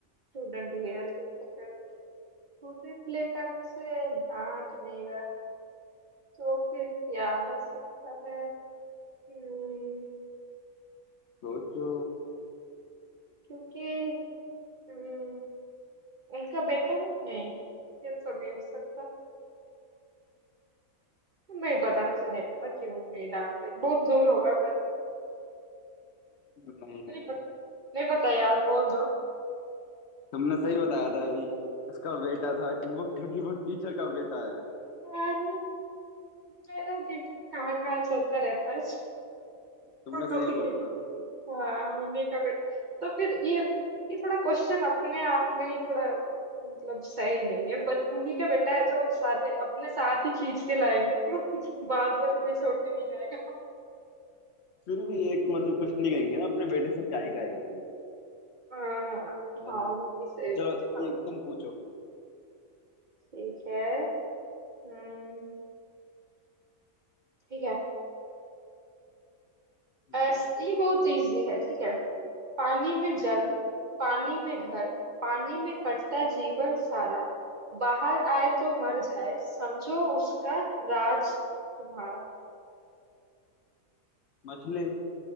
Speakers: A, on the right; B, on the left.
A: स्टूडेंट हेयर ठीक है फिर रूटीन लेट आने से डांट नहीं रहा तो फिर क्या हो सकता है हम्म,
B: सोचो
A: क्योंकि हम्म, उनका बेटा है? नहीं ये तो नहीं हो सकता नहीं पता मुझे नहीं पता क्यों नहीं डांट रही बहुत दूर होगा घर
B: नहीं
A: नहीं
B: नहीं
A: पता नहीं पता यार बोल दो
B: तुमने सही बताया था अभी उसका बेटा था वो क्योंकि वो टीचर का बेटा है
A: यार मेरा दिमाग कहाँ कहाँ चलता रहता है
B: तुमने
A: <laughs>
B: सही बोला था
A: हाँ उन्हीं का बेटा तो फिर ये ये थोड़ा क्वेश्चन अपने आप में ही थोड़ा मतलब सही नहीं है बट उन्हीं का बेटा है तो सारे अपने साथ ही खींच के लाएंगे क्यों <laughs> बाद में तो कोई छोड़ के नहीं आएगा
B: फिर भी
A: <laughs>
B: एक मतलब कुछ नहीं कहेंगे ना अपने बेटे से क्या ही कहेगा कोई
A: आ,
B: है
A: हाँ
B: ना तो
A: वो भी सही
B: चलो
A: बात है। हाँ
B: एक तुम पूछो
A: ठीक है हम्म, ठीक है
B: हम्म
A: अस- ये बहुत इजी है ठीक है पानी में
B: ठीक
A: जन्म
B: है
A: पानी में घर पानी में कटता जीवन सारा बाहर आए तो
B: हाँ
A: मर जाए समझो उसका राज तुम्हारा
B: मछली